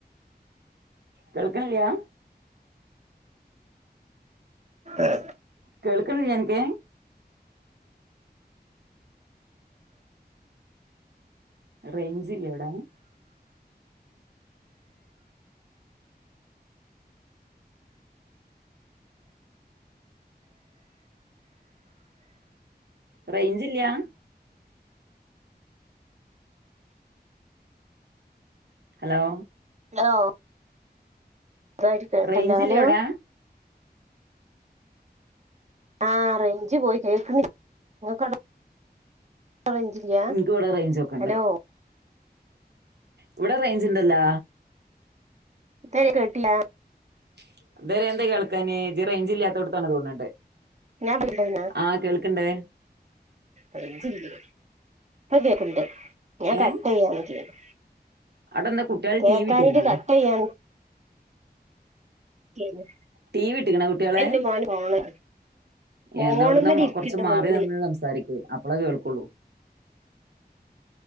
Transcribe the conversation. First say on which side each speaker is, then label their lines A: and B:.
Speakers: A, on the right; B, on the right.
A: കേൾക്കണില്ലാ
B: ആഹ്
A: കേൾക്കുന്നില്ലാ നിനക്ക് റേഞ്ചു ഇല്ലേ അവിടെ റേഞ്ചില്ലാ ഹലോ
B: ഹലോ വെക്തായിട്ട് കേൾക്കുന്നില്ല
A: റേഞ്ച്
B: ഹലോ
A: ഇല്ല ഇവിടെ
B: ആഹ് റേഞ്ച് പോയി കേൾക്കുന്നില്ല നിനക്കവിടെ റേഞ്ചില്ലാ
A: എനിക്ക് ഇവിടെ റേഞ്ച് ഒക്കെ ഉണ്ട്
B: ഹലോ
A: ഇവിടെ റേഞ്ചുണ്ടല്ലോ
B: എന്താരുന്നു കേട്ടില്ല
A: <unintelligible> എന്താ കേൾക്കാഞ്ഞേ ഇജ്ജ് റേഞ്ചില്ലാത്തെടുത്താണ് തോന്നുണ്ട്
B: ഞാൻ പറ്റില്ല
A: ആഹ് കേൾക്കുണ്ടെ
B: റേഞ്ചില്ലിയോ പ്പ കേൾക്കണ്ട്‌ ഞാൻ
A: ഏ
B: കട്ട്‌ ചെയ്യ <unintelligible>
A: അവിടെ എന്താ കുട്ടികൾ
B: കേൾക്കാനിക്ക്
A: ടി വി ഇട്ടിക്കണോ
B: കട്ട് ചെയ്യാ ചെയ്യുന്നു
A: ടി വി ഇട്ടിക്കണോ കുട്ടികളെ
B: എന്റെ മോന് ഫോണ് ഫോണുമ്മേൽ
A: എന്നാവിടുന്ന്
B: ഇരിക്കുന്നുണ്ട്
A: കൊറച്ച് മാറി
B: മോന്
A: നിന്ന് സംസാരിക്ക്‌ അപ്പളേ കേൾക്കുള്ളൂ